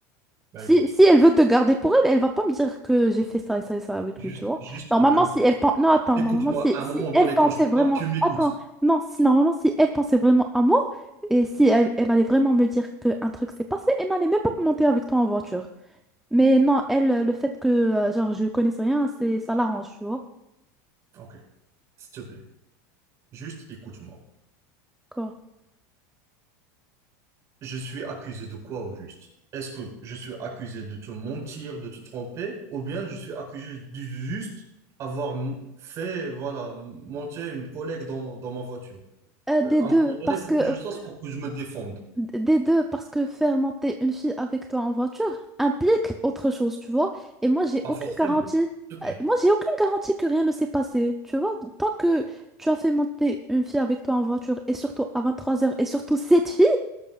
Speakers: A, on the right; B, in the centre.
A: Bah
B: Si,
A: écoute.
B: si elle veut te garder pour elle, elle va pas me dire que j'ai fait ça et ça et ça avec
A: juste,
B: lui, tu vois.
A: juste
B: Normalement,
A: pour comprendre.
B: si elle pense... Non, attends,
A: Écoute-moi,
B: normalement, si,
A: à un
B: si
A: moment donné,
B: elle pensait
A: quand je te
B: vraiment...
A: parle, tu m'écoutes.
B: Attends, non, si normalement, si elle pensait vraiment à moi, et si elle, elle allait vraiment me dire qu'un truc s'est passé, elle n'allait même pas monter avec toi en voiture. Mais non, elle, euh, le fait que, euh, genre, je connaisse rien, c'est, ça l'arrange, tu vois.
A: Ok, s'il te plaît, juste écoute-moi.
B: Quoi?
A: Je suis accusé de quoi au juste? Est-ce que je suis accusé de te mentir, de te tromper, ou bien je suis accusé du juste avoir m- fait, voilà, m- monter une collègue dans, dans ma voiture?
B: Euh,
A: Euh,
B: des
A: à
B: deux,
A: un moment donné,
B: parce
A: il faut
B: que,
A: que je
B: euh,
A: sache pour que je me défende.
B: D- Des deux, parce que faire monter une fille avec toi en voiture implique autre chose, tu vois. Et moi, j'ai
A: Pas
B: aucune
A: forcément.
B: garantie.
A: S'il te plaît.
B: Euh, Moi, j'ai aucune garantie que rien ne s'est passé, tu vois. Tant que tu as fait monter une fille avec toi en voiture, et surtout à 23h, et surtout cette fille,